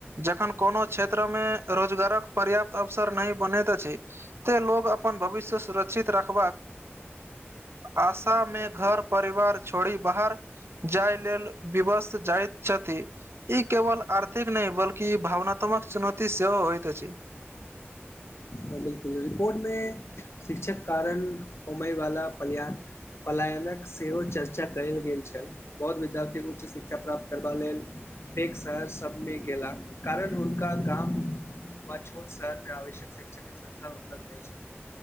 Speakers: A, on the right (about 65°); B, on the left (about 70°).
A: जखन कोनो क्षेत्र मे रोजगारक पर्याप्त अवसर नहि बनैत अछि, ते लोग अपन भविष्य सुरक्षित रखबाक
B: <inaudible>
A: आशा मे घर परिवार छोड़ी बाहर जाय लेल विवस जाइत छथि ई केवल आर्थिक नै बल्कि ई भावनात्मक चुनौती सेहो होयइत अछि,
B: हँ बिल्कुल रिपोर्ट मे शिक्षक कारण होमय वाला पल्याण पलायनक सेहो चर्चा कयल गेल छल, बहुत विद्यार्थी उच्च शिक्षा प्राप्त करबा लेल पेघ स सबमे गेला कारण हुनका गाम व छोट शहरमे आवश्यक शै्षणिक संस्था उपलब्ध नहि छैन